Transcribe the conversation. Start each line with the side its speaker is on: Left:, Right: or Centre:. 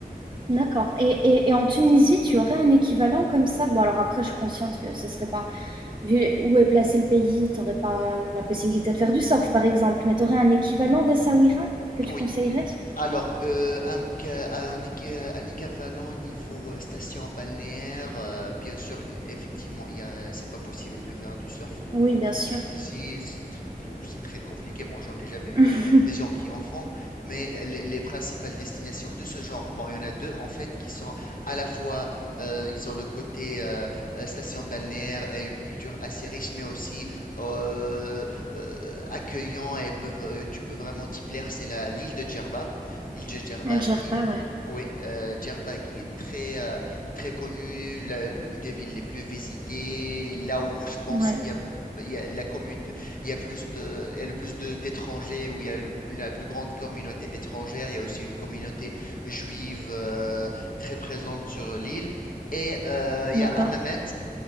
Right: D'accord. Et, et, et en Tunisie, tu aurais un équivalent comme ça? Bon, alors après, je suis consciente que ce serait pas Vu où est placé le pays, t'aurais pas la possibilité de faire du surf, par exemple, mais t'aurais un équivalent des Sawira que tu
Left: Oui,
Right: conseillerais?
Left: Alors, euh, un, ca- un, équ- un équivalent niveau euh, station balnéaire, euh, bien sûr, e- effectivement, il y a, c'est pas possible de faire du surf en,
Right: Oui,
Left: Tu-
Right: bien
Left: en
Right: sûr.
Left: Tunisie, c'est tr- oh, c'est très compliqué. Moi, j'en ai jamais
Right: <laughs>
Left: vu des gens qui en font, mais euh, les, les principales destinations de ce genre, bon, il y en a deux en fait qui sont à la fois, euh, ils ont le côté euh, euh, station balnéaire et une culture assez riche, mais aussi euh, euh, accueillant et peuvent, euh, tu peux vraiment t'y plaire. C'est la l'île de Djerba l'île de Djerba
Right: Algerba,
Left: qui,
Right: ouais.
Left: oui, euh, Djerba qui est très, euh, très connue, la- l'une des villes les plus visitées, là où je pense
Right: Ouais,
Left: il y a, il y a la commute, il y a plus de, il y a le plus de- d'étrangers, où il y a le- la plus grande communauté étrangère, il y a aussi une communauté juive euh, très présente sur l'île, et euh, il
Right: d'accord.
Left: y a Hammamet,